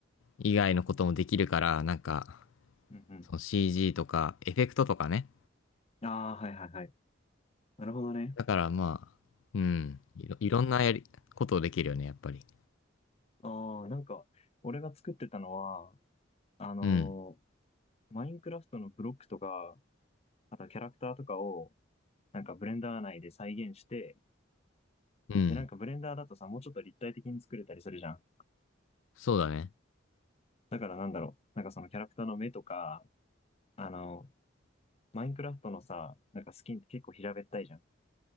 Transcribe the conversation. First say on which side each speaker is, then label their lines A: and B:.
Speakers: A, on the left; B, on the left.
A: 以外のこともできるから、なんか、
B: うんうん。
A: その CG とか、エフェクトとかね。
B: ああ、はいはいはい。なるほどね。
A: だからまあ、うん。いろ、いろんなやり、ことをできるよね、やっぱり。
B: ああ、なんか、俺が作ってたのは、あのー
A: うん。
B: マインクラフトのブロックとか、あとキャラクターとかを、なんかブレンダー内で再現して、
A: うん。
B: で、なんかブレンダーだとさ、もうちょっと立体的に作れたりするじゃん。
A: そうだね。
B: だからなんだろう。なんかそのキャラクターの目とか、あの、マインクラフトのさ、なんかスキンって結構平べったいじゃん。